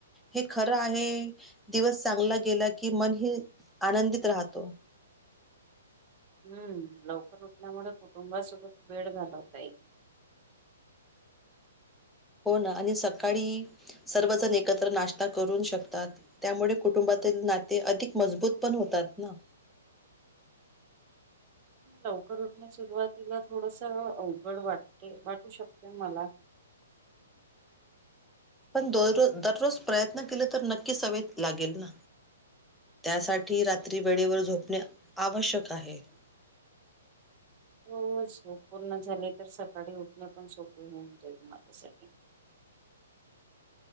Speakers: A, in the centre; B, on the right (about 30°).
A: हे खरं आहे दिवस चांगला गेला की मन ही आनंदित राहतो. <inaudible>
B: हम्म लवकर उठल्यामुळे कुटुंबासोबच वेळ घालवता येते.
A: हो ना आणि सकाळी सर्वजण एकत्र नाश्ता करू शकतात त्यामुळे कुटुंबात तर नाते अधिक मजबूत पण होतात ना <inaudible>
B: लवकर उठणं सुरुवातीला थोडस अवघड वाटते वाटू शकते मला
A: <inaudible> पण दर दररोज प्रयत्न केल तर नक्कीच सवय लागेल ना. त्यासाठी रात्री वेळेवर झोपणे आवश्यक आहे. <inaudible>
B: हो, झोप पूर्ण झाले. तर सकाळी उठणे पण सोपे होऊन जाईल माझ्यासाठी.
A: <inaudible>